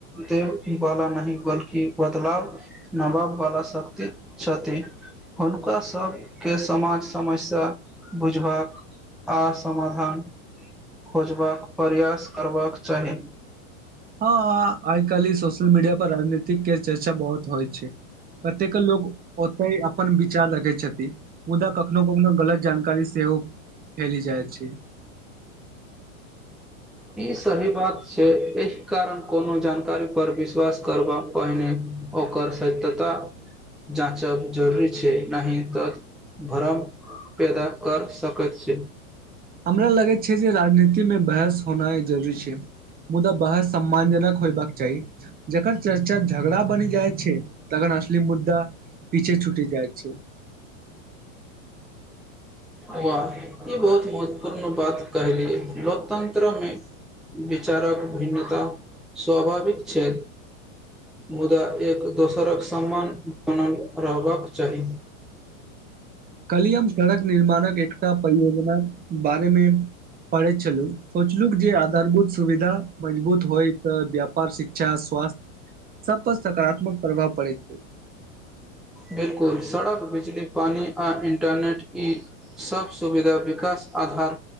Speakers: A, in the centre; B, on the right.
A: देब वाला नहि बल्कि बदलाव नबाब बाला शक्ति छथि, हुनका सबके समाज समस्या बुझबाक आ समाधान खोजबाक प्रयास करबाक चाही।
B: हाँ। कल्हि सोशल मीडिया पर राजनीतिक के चर्चा बहुत होय छै, कतेक लोक ओतै अ पन विचार राखै छथि। मुदा कखनो-कखनो गलत जानकारी सेहो फेली जाय छै।
A: ई सही बात छै, एहि कारण कोनो जानकारी पर विश्वास करबा पहिने ओकर सत्यता जाँचब जरूरी छै, नहि ते भरम पैदा कर सकैत छै।
B: हमरा लगै छै जे राजनीति मे बहस होनाय जरूरी छै, मुदा बहस सम्मान जनक होयबाक चाही, जकर चर्चा झगड़ा बैन जाय छै। तगन असली मुद्दा पीछे छुट जाएत छै।
A: वाह ई बहुत महत्वपूर्ण बात कहलियै लोकतन्त्र मे विचारक भिन्नता स्वाभाविक छै, मुदा एक दोसरक सम्मान बनल रहबाक चाही।
B: कल्हि हम सड़क निर्माणक एकटा परियोजनाक बारेमे पढ़ैत छलु, सोचलुक जे आधारभूत सुविधा मजबूत होय तऽ व्याप और शिक्षा, स्वास्थ्य सब पर सकारात्मक प्रभाव पड़ै छै।
A: बिलकुल सड़क, बिजली, पानी आ इंटरनेट ई सब सुविधा विकास आधार